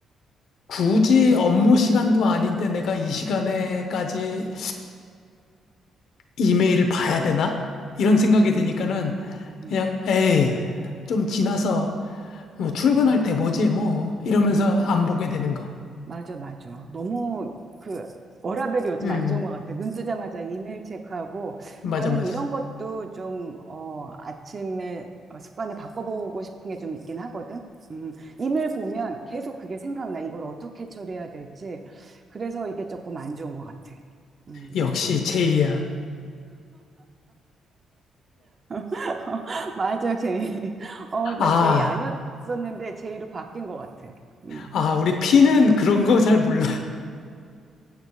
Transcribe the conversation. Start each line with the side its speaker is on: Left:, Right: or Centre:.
Left: 굳이 업무 시간도 아닌데 내가 이 시간에까지 이메일을 봐야 되나? 이런 생각이
Right: 음,
Left: 드니까는
Right: 음.
Left: 그냥 에이, 좀 지나서 뭐 출근할 때 보지 뭐 이러면서 안 보게 되는 거.
Right: 맞아, 맞아. 너무 그 워라밸이 요즘
Left: 음,
Right: 안 좋은 것 같아. 눈 뜨자마자 이메일 체크하고
Left: 맞아,
Right: 나는
Left: 맞아.
Right: 이런 것도 좀, 어, 아침에 어, 습관을 바꿔보고 싶은 게 좀 있긴 하거든. 음, 이메일 보면 계속 그게 생각나. 이걸 어떻게 처리해야 될지. 그래서 이게 조금 안 좋은 것 같아. 음.
Left: 역시 제이야.
Right: <laughs> 맞아, 제이. <laughs> 어, 나
Left: 아,
Right: 제이 아니었었는데 제이로 바뀐 것 같아. 음,
Left: 아, 우리 피는 그런 거 잘 몰라.